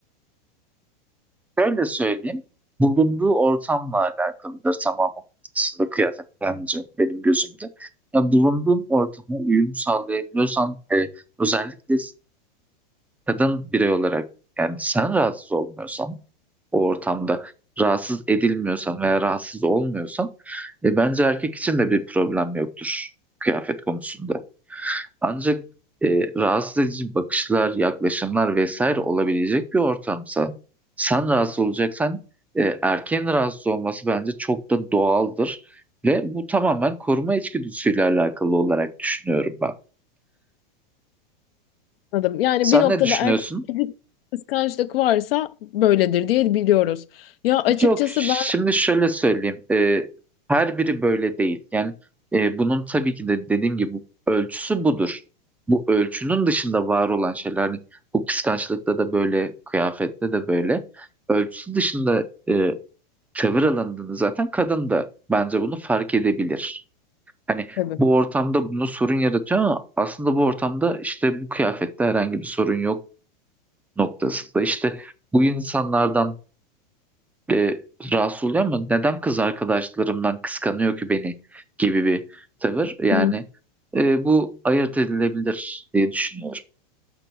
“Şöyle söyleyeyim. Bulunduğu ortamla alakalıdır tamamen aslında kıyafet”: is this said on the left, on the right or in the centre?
Centre